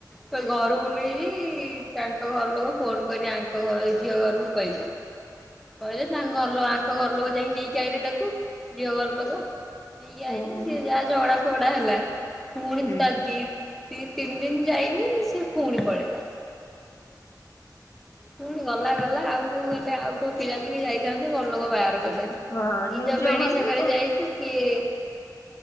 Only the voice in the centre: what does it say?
ତା ଘରକୁ ନେଇକି ତାଙ୍କ ଘର ଲୋକ ଫୋନ କରି ଆଙ୍କ ଘର ଝିଅ ଘରକୁ କହିଲେ। କହିଲେ ତାଙ୍କ ଘରଲୋକ ଆଙ୍କ ଘରଲୋକ ଯାଇକି ନେଇକି ଆଇଲେ ତାକୁ ଝିଅ ଘରଲୋକ। ନେଇକି ଆଇଲେ
ସିଏ ଯାହା ଝଗଡା ଫଗଡା ହେଲା। ପୁଣି
ତା ଦି ଦି ତିନି ଦିନ ଯାଇନି ସେ ପୁଣି ପଳେଇଲା। ପୁଣି ଗଲା ଗଲା ଆଉ କଉ ହେଲେ ଆଉ କୋଉ ପିଲା ଦେଖି ଯାଇଥାନ୍ତୁ ଘରଲୋକ ବାହାଘର କରିଥାନ୍ତେ।
ନିଜ ଭିଣେଇ
ସାଙ୍ଗରେ
ଯାଇଛୁ କିଏ